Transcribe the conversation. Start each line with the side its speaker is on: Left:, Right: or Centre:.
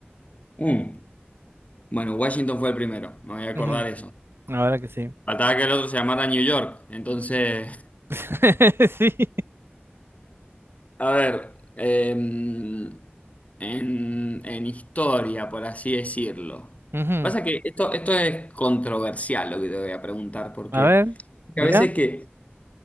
Left: Mm. Bueno, Washington fue el primero, me voy a acordar
Right: Ujú.
Left: eso.
Right: Ahora que sí.
Left: Faltaba que el otro se llamara New York. Entonces,
Right: <laughs> Sí.
Left: <laughs> a ver, eh, en, en historia, por así decirlo.
Right: Ujú.
Left: Pasa que esto, esto es controversial lo que te voy a preguntar, porque
Right: A ver, tira.
Left: a veces que,